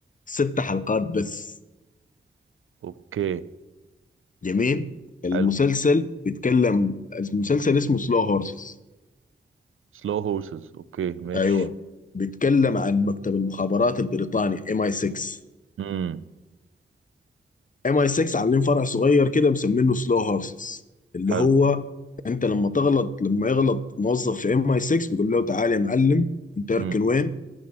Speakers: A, on the left; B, on the right.
A: ست حلقات بس
B: اوكي
A: جميل المسلسل
B: حلو
A: بيتكلم المسلسل اسمه سلو هورسز
B: سلو هورسز اوكي ماشي
A: ايوه بيتكلم عن مكتب المخابرات البريطاني ام اي 6
B: امم
A: ام اي 6 عاملين فرع صغير كده مسمينه سلو هورسز اللي
B: حلو
A: هو انت لما تغلط لما يغلط موظف في ام اي 6 بيقول له تعالى يا معلم انت اركن
B: امم
A: وين